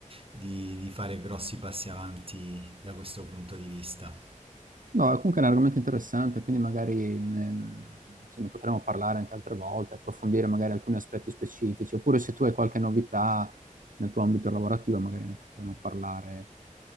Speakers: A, on the right (about 45°); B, on the right (about 80°).
A: di- di fare grossi passi avanti da questo punto di vista.
B: No, è comunque è un argomento interessante, quindi magari mm, ce ne potremo parlare anche altre volte, approfondire magari alcuni aspetti specifici, oppure se tu hai qualche novità nel tuo ambito lavorativo, magari ne potremo parlare